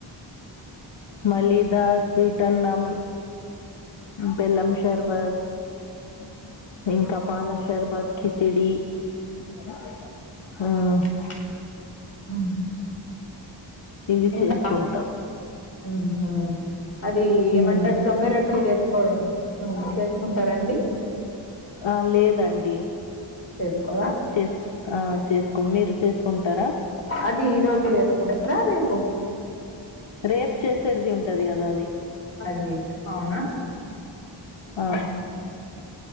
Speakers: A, on the left; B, on the left.
A: మలీదా స్వీట్ అన్నం బెల్లం షర్బత్ <inaudible> ఇంకా పాల షర్భత్ కిచిడి ఆ
B: <inaudible>
A: ఇవి
B: ఇంకా
A: చేసుకుంటాం
B: ఉహు అది ఏమంటర్
A: ఉమ్,
B: చొంగ రొట్టెల్ చేస్కోరు ఉ చేస్కుంటారండి
A: ఆ లేదండి
B: చేసుకోరా
A: చేస్ ఆ చేస్కోం మీరు చేస్కుంటారా
B: అది ఈరోజు చేస్కుంటారా రేపు
A: రేపు చేసేది ఉంటది కదా అది
B: అది ఔనా <inaudible>
A: ఆ
B: ఉహు